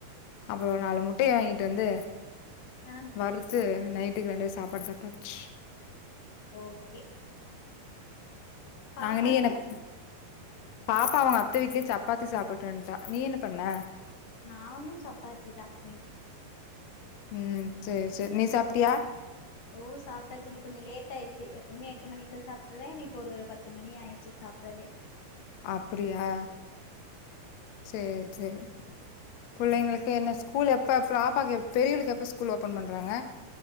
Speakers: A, on the left; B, on the left.
A: அப்புறோ ஒரு நாலு முட்டைய வாங்கிட்டு வந்து
B: ஆ
A: வறுத்து நைட்டுக்கு ரெண்டு பேர் சாப்பாடு சாப்டாச்சு
B: ஓக்கே பாப்பாக்கு
A: அங்க நீ எனப் பாப்பா அவுங்க அத்த வீட்லயே சப்பாத்தி சாப்ட்டு வன்ட்டா நீ என்ன பண்ண
B: நானு சப்பாத்தி தா <unintelligible>
A: ம் சேரி சேர் நீ சாப்ட்டியா
B: ஓ சாப்டாச்சு இன்னைக்கு கொஞ்சோ லேட்டா ஆயிருச்சு எப்பவுமே எட்டு மணிக்குள்ள சாப்ட்ருவே இன்னைக்கு ஒரு பத்து மணி ஆயிருச்சு சாப் டவே
A: அப்டியா சேரி சேரி புள்ளைங்களுக்கு என்ன ஸ்கூல் எப்போ பாப்பாக்கு எ பெரியவளுக்கு எப்போ ஸ்கூல் ஓப்பன் பண்றாங்க